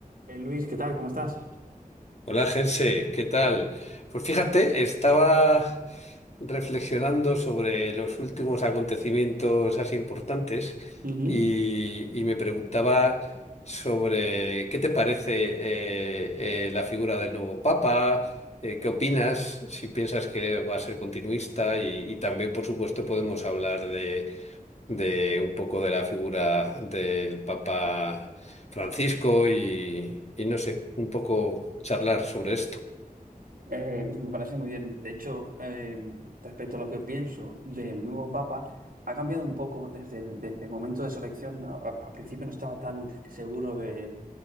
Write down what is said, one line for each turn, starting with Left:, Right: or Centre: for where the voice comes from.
Right: Eh, Luis, ¿qué tal? ¿Cómo estás?
Left: Hola, Gerse, ¿qué tal? Pues fíjate, estaba reflexionando sobre los últimos acontecimientos así importantes
Right: Ujú.
Left: y, y me preguntaba sobre qué te parece eh, eh, la figura del nuevo Papa, eh, qué opinas, si piensas que va a ser continuista y, y también, por supuesto, podemos hablar de un poco de la figura del Papa Francisco y, y no sé, un poco charlar sobre esto. <laughs>
Right: Eh, me parece muy bien. De hecho, eh, respecto a lo que pienso del nuevo Papa, ha cambiado un poco desde el, desde el momento de su elección. A- a- al principio no estaba tan seguro de,